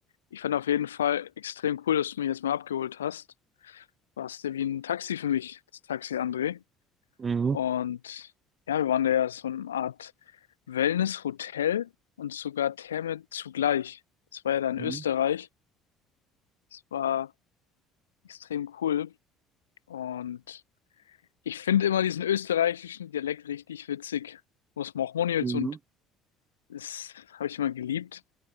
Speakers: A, on the left; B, on the right.
A: Ich fand auf jeden Fall extrem cool, dass du mich jetzt mal abgeholt hast. Warst du wie ein Taxi für mich, das Taxi, André.
B: Mhm.
A: Und ja, wir waren da ja so eine Art Wellness-Hotel und sogar Therme zugleich. Das war ja da in
B: Mhm.
A: Österreich. Das war extrem cool. Und ich finde immer diesen österreichischen Dialekt richtig witzig. Was macht man jetzt?
B: Mhm.
A: Und das habe ich immer geliebt.